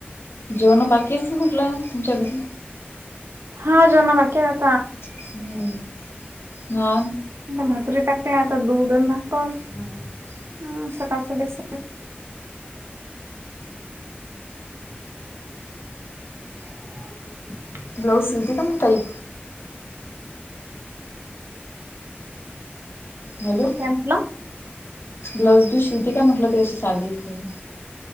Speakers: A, on the left; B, on the right.
A: जेवण बाकी असतील म्हटलं तुमच्या घरी?
B: हा जेवण बाकीयात.
A: हम्म हा.
B: भाकरी टाकल्या आता दूधन भाक अ
A: ना
B: हा सकाळच डेस <inaudible>
A: ब्लाऊज शिवते का मग ताई? हॅलो.
B: काय म्हंटला?
A: ब्लाउज बिउज शिवती काय म्हटलं ते असे साधे तेन.